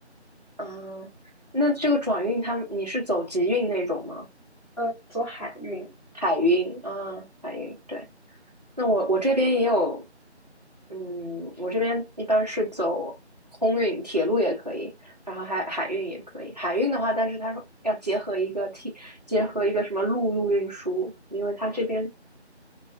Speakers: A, on the right; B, on the left.
A: 啊。那这个转运它你是走集运那种吗？
B: 嗯，走海运
A: 海运啊，海运对。那我我这边也有，嗯，我这边一般是走空运，铁路也可以，然后还海运也可以。海运的话，但是它要结合一个 T，结合一个什么陆路运输，因为它这边